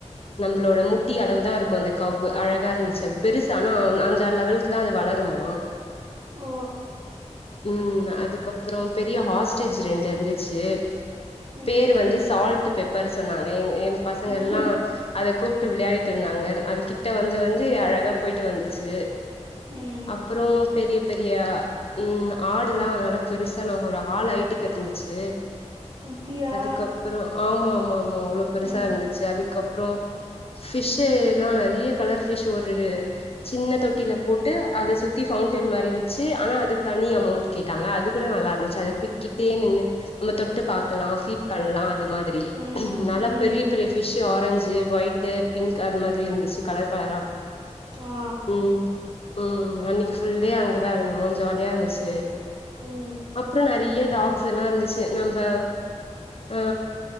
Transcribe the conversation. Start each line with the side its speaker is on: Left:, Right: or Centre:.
Left: நம்ளோட முட்டி அளவுதா இருக்கும் அந்த கவ்வு அள தா இருந்துச்சு அது பெருசானா அந்த லெவலுக்கு தா அது வளருமா
Right: ஓ
Left: ம் அதுக்கப்றொ பெரிய ஹாஸ்டேஜ் ரெண்டு இருந்துச்சு
Right: ம்
Left: பேரு வந்து சால்ட் பெப்பரு சொன்னாங்க எ எ பசங்கல்லாம்
Right: ம்
Left: அத கூப்ட்டு விளாயாடிட்டுருந்தாங்க அது கிட்ட வந்து வந்து அழகா போயிட்டு வந்துச்சு
Right: ம்
Left: அப்றொ பெரிய பெரிய ம் ஆடுலாம் நல்ல பெருசான ஒரு ஹால் அயிட்டுக்கு இருந்துச்சு
Right: அப்டியா
Left: அதுக்கப் அப்றொ ஆமா ஆமா ஆமா அவ்ளொ பெருசாருந்துச்சு
Right: ம்
Left: அதுக்கப்றம் பிஷ்ஷீலாம் நறிய கலர் ஃபிஷ் ஒரு சின்ன தொட்டில போட்டு அத சுத்தி ஃபவுண்டன் மாரி வச்சு அனா அதுக் தனி அமௌண்ட் கேட்டாங்க அது கூட நல்லாருன்ச்சு அது கிட்டே நின்னு நம்ம தொட்டு பாக்கலாம் ஃபீட் கலாம் அது மாதிரி
Right: ம்
Left: நல்லா
Right: ம்
Left: பெரிய பெரிய பிஷ்ஷீ ஆரஞ்சு ஒயிட்டு பிங்க் அது மாத்ரி இருந்துச்சு கலர் கலரா
Right: ஆ
Left: ம் ம் அன்னக்கி ஃபுல்டே அங்கதா இருந்தோ ஜாலியா இருந்துச்சு
Right: ம்
Left: அப்றொம் நறைய டாக்ஸலாம் இருந்துச்சு நம்ம ஆ